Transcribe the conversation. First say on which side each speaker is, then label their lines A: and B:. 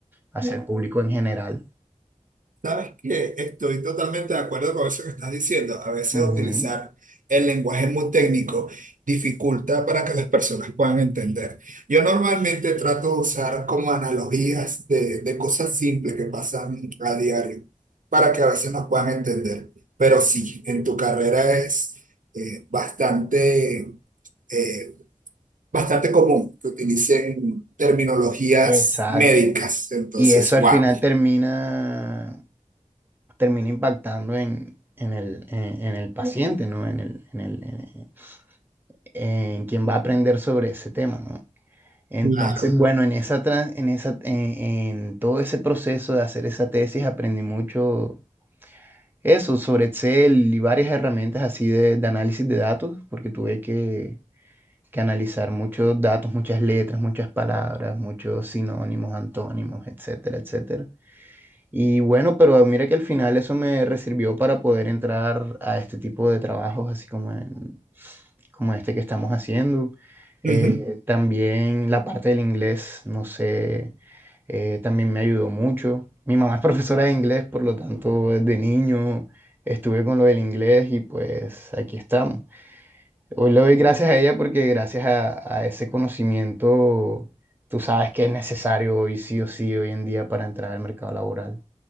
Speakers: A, on the right; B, on the right.
A: hacia el público en general.
B: Sabes que estoy totalmente de acuerdo con eso que estás diciendo. A veces
A: Ujú,
B: utilizar el lenguaje muy técnico dificulta para que las personas puedan entender. Yo normalmente trato de usar como analogías de, de cosas simples que pasan a diario para que a veces nos puedan entender. Pero sí, en tu carrera es eh, bastante, eh, bastante común que utilicen terminologías
A: Exacto.
B: médicas. Entonces,
A: Y eso al
B: wow.
A: final termina, termina impactando en, en el, en, en el paciente, ¿no? En el, en el, en, en quien va a aprender sobre ese tema, ¿no? Entonces,
B: Claro.
A: bueno, en esa, tran- en esa, en en todo ese proceso de hacer esa tesis aprendí mucho Eso, sobre Excel y varias herramientas así de, de análisis de datos, porque tuve que, que analizar muchos datos, muchas letras, muchas palabras, muchos sinónimos, antónimos, etcétera, etcétera. Y bueno, pero mira que al final eso me sirvió para poder entrar a este tipo de trabajos, así como en, como este que estamos haciendo. Eh,
B: Ujú,
A: también la parte del inglés, no sé, eh, también me ayudó mucho. Mi mamá es profesora de inglés, por lo tanto, desde niño estuve con lo del inglés y pues aquí estamos. Hoy le doy gracias a ella porque gracias a, a ese conocimiento, tú sabes que es necesario hoy sí o sí, hoy en día para entrar al mercado laboral,